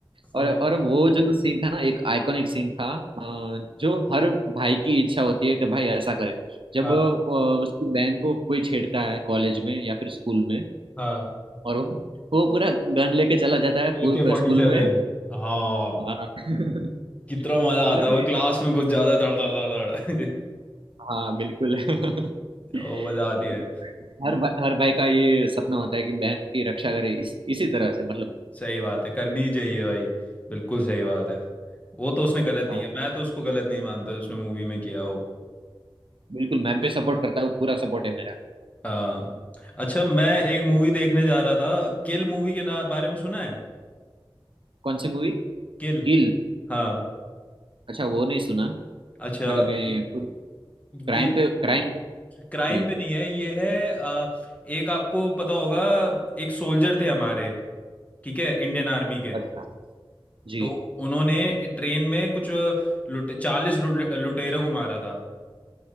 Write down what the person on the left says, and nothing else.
सब
लोग
हाँ
हाँ
ए के फोर्टी
सेवन
हाँ
कितना मजा
आता है वो क्लास में कुछ ज्यादा धड़ धड़ धड़ धड़
<laughs> वो मजा आती है
सही बात है करनी ही चाहिए भाई बिल्कुल सही बात है वो तो उसने गलत नहीं
किया मैं तो उसको गलत नहीं मानता जो उसने मूवी में किया वो
आ, अच्छा मैं एक मूवी देखने जा रहा था किल मूवी के ना बारे में सुना है
किल
हाँ
अच्छा
ये
ये
क्राइम पे नहीं है ये है आ, एक आपको पता होगा एक सोल्जर थे हमारे ठीक है इंडियन आर्मी के
तो उन्होंने ट्रेन में कुछ लुटे चालीस लुटेरों को मारा था